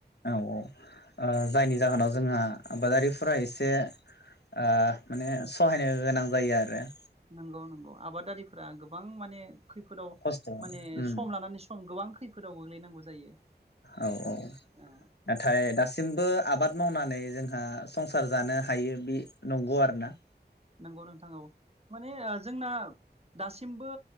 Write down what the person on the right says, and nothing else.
नोंगौ नोंगौ आबादारिफोरा गोबां माने खैफोदाव
माने
सम लानानै सम गोबां । खैफोदाव गोग्लैनांगौ जायो
औ
नोंगौ नोंथां औ माने जोंना दासिमबो